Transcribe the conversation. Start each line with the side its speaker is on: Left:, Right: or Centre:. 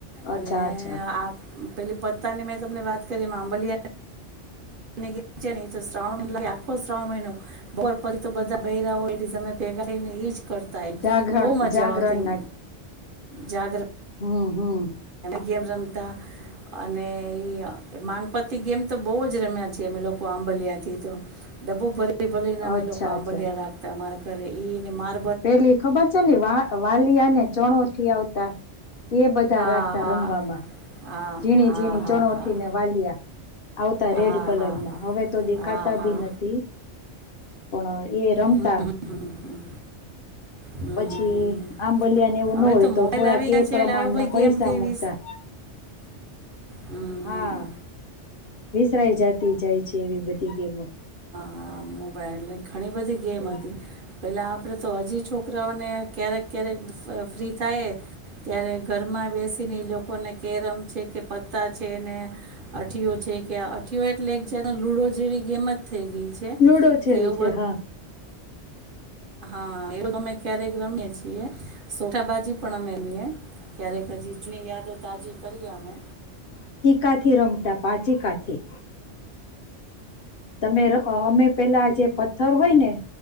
Left: અચ્છા
Right: અને
Left: અચ્છા
Right: આ પેલી પત્તાની મેં તમને વાત કરી એમાં આમબલિયા ગી છે ને એ તો શ્રાવણ <inaudible> આંખો શ્રાવણ મહિનો બોર પરી તો બધા બૈરાંઓ એડી સમય ઈજ કર તા એન.
Left: જાગરણ
Right: બહુજ મજા
Left: જાગરણ
Right: આવતી મ જાગ્ર
Left: હા, હા.
Right: ગેમ રમતા અને ઈઅ માંગપતી ગેમ તો બહુ જ રમ્યા છે અમે લોકો આંબલિયાથી તો ડબ્બું ભરી ફિર ભલેના અમે
Left: અચ્છા
Right: લોકો આંબલિયા
Left: અચ્છા
Right: રાખતા અમારા કરરે ઈ ને માર
Left: પેલી ઈ ખબર છે ને વા વાલ થિયાંને ચણોથી આવતા. એ બધા
Right: હા
Left: રાખતા
Right: હા
Left: રમવામાં.
Right: હા
Left: ઝીણી
Right: હા
Left: ઝીણી
Right: હા
Left: ચણોઠી
Right: હા
Left: ને વાલ્યા, આવતા
Right: હા હા
Left: લાલ કલરમાં
Right: હા હા
Left: હવે તો દેખાતા
Right: હા હા
Left: ભી નથી. પણ એ રમતા,
Right: હમ હમ હમ હમ હમ હમ હમ
Left: પછી
Right: હમ
Left: આંબલિયાન એવું
Right: હવે
Left: ના હોય
Right: મોબાઈલ
Left: તો થોડા
Right: આવી
Left: કે
Right: ગયા છે
Left: પ્રમાણના
Right: એટલે આવી
Left: પૈસા
Right: બધી ગેમ તેવી
Left: મૂકતા.
Right: હમ
Left: હા, વિસરાઈ જાતી જાય છે એવી બધી- ગેમો.
Right: આ મોબાઈઇલ <unintelligible> ઘણી બધી ગેમ
Left: એમ
Right: હતી. પહેલાં આપણે તો હજી છોકરાઓને ક્યારેક-ક્યારેક ફ્રી થાય ત્યારે ઘરમાં બેસીને એ લોકોને કેરમ છે કે પત્તા છે ને, અઠીઓ છે કે આ અઠીયો એટલે એક જ લૂડો જેવી ગેમ જ થઈ ગઈ છે,
Left: લૂડો જેવી
Right: તો એવૂ
Left: છે
Right: બધુ
Left: હા
Right: હા એવું અમે ક્યારેક રમીએ છીએ, સોખા બાાજી પણ અમે રમીએ ક્યારેક હજીજની યાદો તાજી કરીએ અમે
Left: કાથી રમતા પાચીકાથી. તમે અમે પેલા જે પથ્થર હોય ને